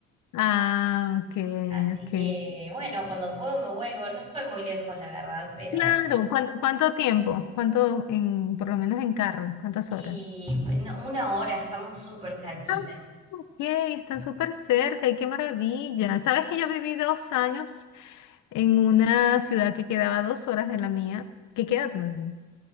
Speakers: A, on the left (about 80°); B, on the right (about 20°).
A: Ah, ok,
B: Así
A: ok.
B: que bueno, cuando puedo me vuelvo, no estoy muy lejos, la verdad, pero...
A: Claro, ¿cuánto, cuánto tiempo? ¿Cuánto en, por lo menos en carro? ¿Cuántas
B: Y
A: horas?
B: no, una hora estamos súper cerquita.
A: Ah, Ok, están
B: Sí.
A: súper cerca y qué maravilla. Sabes que yo viví dos años en una ciudad que quedaba a dos horas de la mía, que queda todavía.